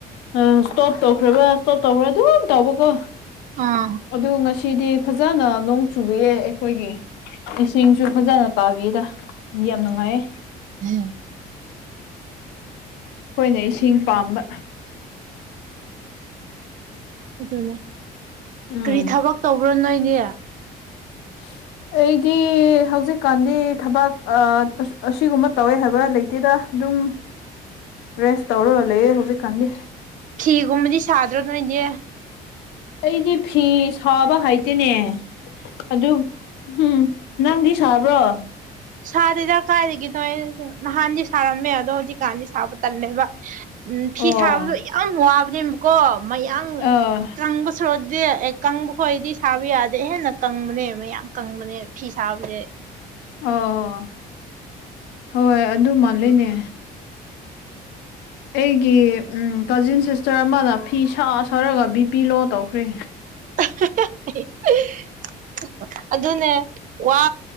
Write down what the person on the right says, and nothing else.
ꯑꯥ
ꯎꯝ
ꯑꯗꯨꯅꯦ
ꯀꯔꯤ ꯊꯕꯛ ꯇꯧꯕ꯭ꯔꯣ ꯅꯣꯏꯗꯤ
ꯐꯤꯒꯨꯝꯕꯗꯤ ꯁꯥꯗ꯭ꯔꯣ ꯅꯣꯏꯗꯤ
ꯁꯥꯗꯦꯗ ꯀꯥꯏꯗꯒꯤꯅꯣ ꯅꯍꯥꯟꯗꯤ ꯁꯥꯔꯝꯃꯦ ꯑꯗꯣ ꯍꯧꯖꯤꯛꯀꯥꯟꯗꯤ ꯁꯥꯕ ꯇꯜꯂꯦꯕ ꯎꯝ ꯐꯤ
ꯁꯥꯕꯗꯣ ꯌꯥꯝ ꯋꯥꯕꯅꯦꯕꯀꯣ ꯃꯌꯥꯡ
ꯀꯪꯕ ꯁꯣꯔꯣꯗꯤ ꯑꯦ ꯀꯪꯕ ꯈꯣꯏꯗꯤ ꯁꯥꯕ ꯌꯥꯗꯦ ꯍꯦꯟꯅ ꯀꯪꯕꯅꯦ ꯃꯌꯥꯝ ꯀꯪꯕꯅꯦ ꯐꯤ ꯁꯥꯕꯁꯦ
<unintelligible> ꯑꯗꯨꯅꯦ ꯋꯥ